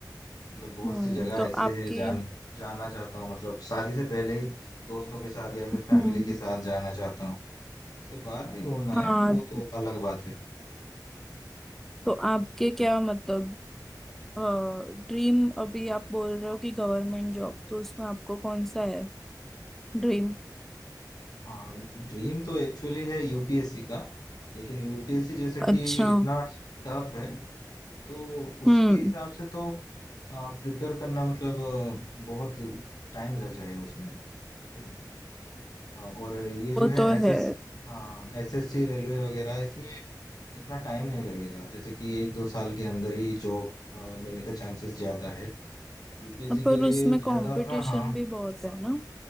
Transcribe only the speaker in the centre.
हम्म
तो
आपकी
हम्म
हाँ
तो आपके क्या मतलब ड्रीम अभी आप बोल रहे हो कि गवर्नमेंट जॉब तो उसमें आपको कौन सा है ड्रीम
अच्छा
हम्म
वो
तो
है
पर
उसमें
कंपटीशन
भी बहुत है ना